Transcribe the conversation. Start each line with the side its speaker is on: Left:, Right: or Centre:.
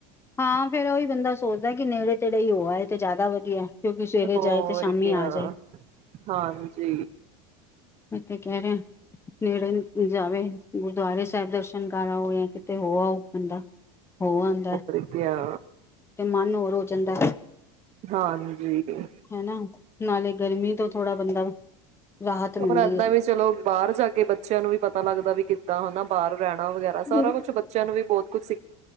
Left: ਹਾਂ ਫੇਰ ਉਹੀ ਬੰਦਾ ਸੋਚਦਾ ਕਿ ਨੇੜੇ ਤੇੜੇ ਹੀ ਹੋ ਆ ਇਹ ਤੇ ਜ਼ਿਆਦਾ ਵਧੀਆ। ਕਿਉਂਕਿ ਸਵੇਰੇ
Right: ਹੋਰ
Left: ਜਾਏ ਤੇ ਸ਼ਾਮੀ
Right: ਕਿਆ,
Left: ਆ ਜਾਏ।
Right: ਹਾਂਜੀ।
Left: ਮੈ ਤੇ ਕਹਿ ਰਿ ਨੇੜੇ ਜਾਵੇ ਗੁਰਦੁਆਰੇ ਸਾਹਿਬ ਦਰਸ਼ਨ ਕਰ ਆਓ ਜਾਂ ਕਿਤੇ ਹੋ ਆਓ ਬੰਦਾ ਹੋ ਆਉਂਦਾ,
Right: ਪ੍ਰਖਿਆ।
Left: ਮਨ ਹੋਰ ਹੋ ਜਾਂਦਾ।
Right: ਹਾਂਜੀ।
Left: ਹੈਨਾ, ਨਾਲੇ ਗਰਮੀ ਤੋਂ ਥੋੜ੍ਹਾ ਬੰਦਾ, ਰਾਹਤ ਮਿਲਦੀ
Right: ਹੋਰ ਏਦਾਂ ਵੀ ਚਲੋ ਬਾਹਰ ਜਾ ਕੇ ਬੱਚਿਆਂ ਨੂੰ ਵੀ ਪਤਾ ਲੱਗਦਾ ਵੀ, ਕੀਤਾ ਹਨਾ ਬਾਹਰ ਰਹਿਣਾ ਵਗੈਰਾ ਸਾਰਾ
Left: ਏ।
Right: ਕੁੱਛ ਬੱਚਿਆਂ ਨੂੰ ਵੀ ਬਹੁਤ ਕੁ